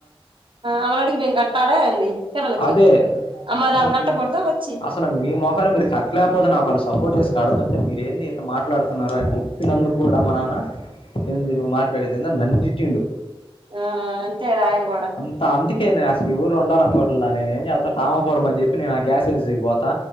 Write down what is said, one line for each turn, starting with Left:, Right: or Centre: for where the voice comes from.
Right: ఆమలడికి మేము కట్టాల ఏంది పిల్లలకి
Left: అదే
Right: అమరామె
Left: అసలు
Right: కట్ట కూడదు వచ్చి
Left: అసలు మీ మొఖాన మీరు కట్టలేకపోతే నాకు వాళ్ళు సపోర్ట్ చేసి కడుతుంటే మీరు ఏంది ఇట్లా మాట్లాడుతున్నారు అని చెప్పి నందు కూడా మా నాన్న ఎంది ను మాట్లాడేదెంది అని నన్ను తిట్టిండు
Right: ఆ అంతేది ఆయన కూడా
Left: ఇంత అందుకేనే అసలు ఈ ఊర్లో ఉండాలనుకోట్ ఆ నేనేం చేస్తా రామపురం అని చెప్పి నేను ఆ గ్యాస్ ఏజెన్సీకి పోతా